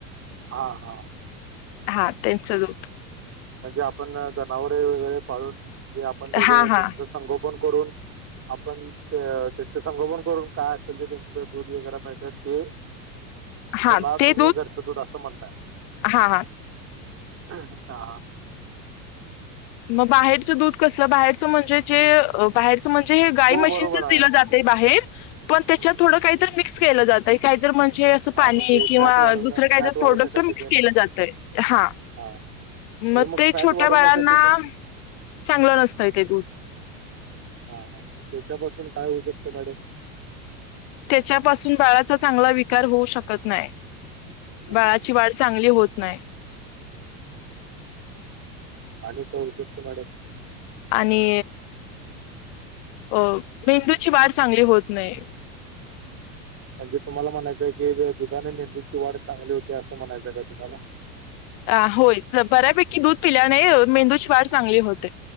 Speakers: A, on the right; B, on the left.
A: हा हा.
B: हा त्यांच दूध.
A: म्हणजे आपण जनावरे वगैरे पाळून जे आपण त्याच
B: हा
A: त्यांचं
B: हा
A: संगोपन करून आपण त्याच संगोपन करून काय असेल ते त्यांचं दूध वगैरे मिळत ते
B: हा
A: त्यांना
B: ते
A: तुम्ही घरचं दूध असं म्हणताय.
B: हा हा
A: ह हा हा
B: मग बाहेरचं दूध कस बाहेरच म्हणजे जे बाहेरच म्हणजे हे गाय
A: हो
B: मशीनचच
A: बरोबर आहे.
B: दिलं जात. य बाहेर पण त्याच्यात
A: हम्म.
B: थोड काहीत मिक्स केलं जात. काही तर म्हणजे असं
A: हा
B: पाणी
A: म्हणजे
B: किंवा
A: फॅट वाढवण्या
B: दुसरं काहीत
A: फॅट वाढवण्यासाठी
B: प्रोडक्ट मिक्स
A: तेन
B: केलं जातय हा.
A: हा. म्हणजे
B: मग ते
A: फॅट
B: छोट्या
A: वाढवण्यासाठी
B: बाळांना
A: तेन
B: चांगलं नसतंय ते दूध.
A: हा हा त्याच्यापासून काय होऊ शकत मॅडम?
B: त्याच्यापासून बाळाचा चांगला विकार होऊ शकत नाही
A: हम्म.
B: बाळाची वाढ चांगली होत नाही.
A: आणि काय होऊ शकत मॅडम?
B: आणि अ मेंदूची वाढ चांगली होत नाही.
A: म्हणजे तुम्हाला म्हणायचंय की दुधाने मेंदूची वाढ चांगली होती असं म्हणायचं काय तुम्हाला?
B: अ होय बऱ्यापैकी दूध पिल्याने मेंदूची वाढ चांगली होते.